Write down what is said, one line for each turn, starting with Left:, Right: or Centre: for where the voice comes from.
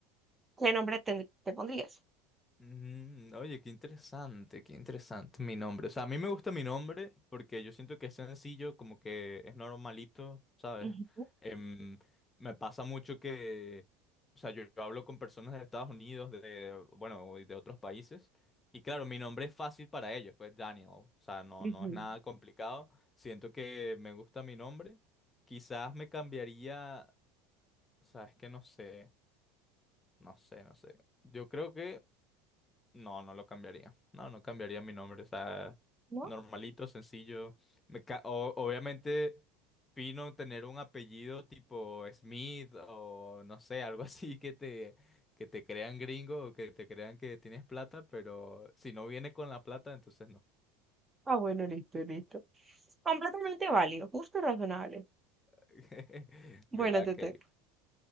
Right: ¿qué nombre te, te pondrías?
Left: Mm, oye, qué interesante, qué interesante mi nombre. O sea, a mí me gusta mi nombre porque yo siento que es sencillo, como que es normalito, ¿sabes?
Right: Ujú,
Left: Em, me pasa mucho que, o sea, yo, yo hablo con personas de Estados Unidos, de, bueno, y de otros países, y claro, mi nombre es fácil para ellos, pues Daniel, o sea, no,
Right: ujú.
Left: no es nada complicado. Siento que me gusta mi nombre. Quizás me cambiaría, o sea, es que no sé, no sé, no sé. Yo creo que... No, no lo cambiaría. No, no cambiaría mi nombre. O sea,
Right: ¿No?
Left: normalito, sencillo. Me ca- o- obviamente, fino tener un apellido tipo Smith o no sé, algo <laughs> así que te, que te crean gringo o que te crean que tienes plata, pero si no viene con la plata, entonces no.
Right: Ah, bueno, listo, listo. Completamente válido, justo y razonable.
Left: <laughs>
Right: Bueno,
Left: Mira,
Right: te
Left: que
Right: toca.